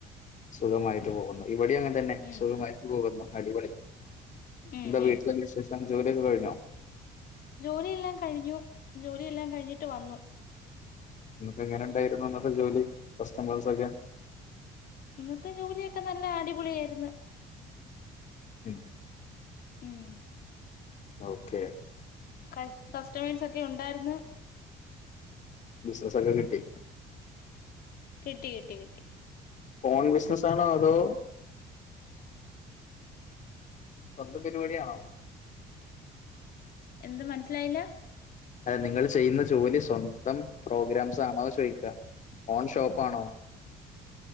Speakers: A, on the left; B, on the left.
A: സുഖമായിട്ട് പോകുന്നു ഇവിടെ അങ്ങനെ തന്നെ
B: ഉം
A: സുഖമായിട്ട്
B: ഉം
A: പോകുന്നു അടിപൊളി
B: ഉം
A: എന്താ
B: ഉം
A: വീട്ടില ഞാ വി ശേഷം ജോലിയൊക്കെ കഴിഞ്ഞോ
B: ജോലിയെല്ലാം കഴിഞ്ഞു ജോലിയെല്ലാം കഴിഞ്ഞിട്ട് വന്നു
A: ഇന്നട്ടെ ങ്ങനെ ണ്ടായിരുന്നു അന്നത്തെ ജോലി കസ്റ്റമേഴ്സൊക്കെ
B: ഇന്നത്തെ ജോലിയൊക്കെ നല്ല അടിപൊളിയായിരുന്ന്
A: <inaudible>
B: മ്മ്.
A: ഓക്കെ
B: കസ് കഴ്സ്റ്റ മേഴ്സ് ഒക്കെ ഉണ്ടായിര്ന്ന്
A: ബിസിനസൊ ക്കെ കിട്ടി
B: ഉം കിട്ടി കിട്ടി കിട്ടി
A: ഫോൺ ബിസിനസ് ആണോ അതോ? സ്വന്ത പരിപാടിയാണോ?
B: എന്ത് മനസ്സിലായില്ല
A: അല്ലെ നിങ്ങള് ചെയ്യുന്ന ജോലി സ്വന്തം പ്രോഗ്രാംസ് ആണോചോയിക്ക ഓൺ ഷോപ്പാണോ